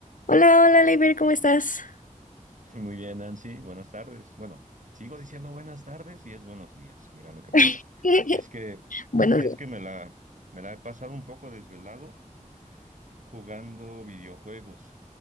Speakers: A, on the left (about 75°); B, on the right (about 65°).
A: Hola, hola, Leiber, ¿cómo estás?
B: Sí, Muy bien, Nancy, buenas tardes. Bueno, sigo diciendo buenas tardes y es buenos días. Mira lo que pasa.
A: <laughs>
B: Es que
A: Buenos
B: <laughs> es
A: días.
B: que me la me la he pasado un poco desvelado jugando videojuegos